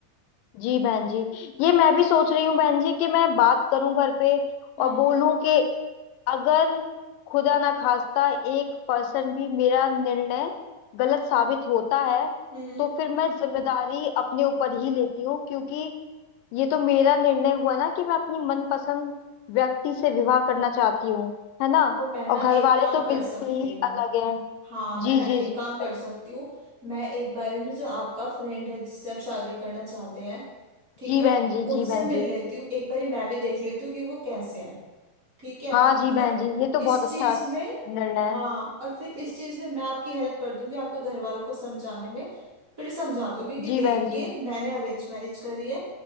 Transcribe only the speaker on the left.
जी बहन जी ये मैं भी सोच रही हूँ बहन जी कि मैं बात करूं घर पे
और
बोलूं कि अगर खुदा ना खास्ता एक पर्सन भी मेरा निर्णय गलत साबित होता है
तो फिर मैं जिम्मेदारी अपने ऊपर ही लेती हूँ क्योंकि ये तो मेरा निर्णय हुआ ना कि मैं अपनी मनपसंद व्यक्ति से विवाह करना चाहती हूँ है ना
और घर
वाले
तो
बिल्कुल
ही
अलग है
जी
जी
जी बताइए।
जी
बहन जी
जी बहन
जी
हाँ जी बहन
जी ये तो बहुत
अच्छा
निर्णय
है
जी
जी
बहन जी